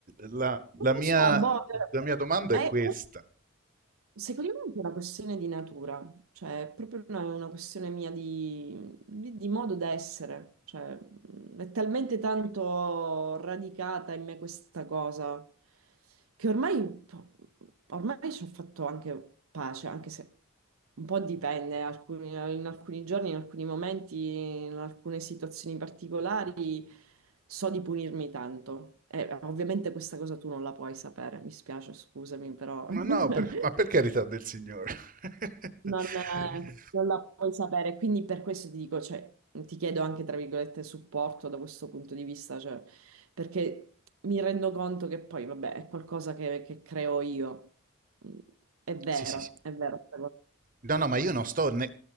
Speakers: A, on the right; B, on the right.
A: la,
B: non
A: la
B: lo
A: mia,
B: so, boh,
A: la mia domanda
B: eh,
A: è questa.
B: Secondo me è anche una questione di natura, cioè è proprio una, una questione mia di, di- di modo d'essere, cioè mh, è talmente tanto radicata in me questa cosa che ormai, po- ormai ci ho fatto anche pace, anche se un po' dipende, alcuni- in alcuni giorni, in alcuni momenti, in alcune situazioni particolari. So di punirmi tanto. E ovviamente questa cosa tu non la puoi sapere, mi spiace, scusami, però
A: Ma
B: <laughs> non,
A: no, per,
B: eh,
A: ma per carità del Signore. <laughs>
B: non la puoi sapere. Quindi per questo ti dico, cioè, ti chiedo anche, tra virgolette, supporto da questo punto di vista, cioè, perché mi rendo conto che poi, vabbè, è qualcosa che, che creo io. Mm, È vero,
A: Sì, sì, sì.
B: è vero.
A: No, no, ma io non sto... ne-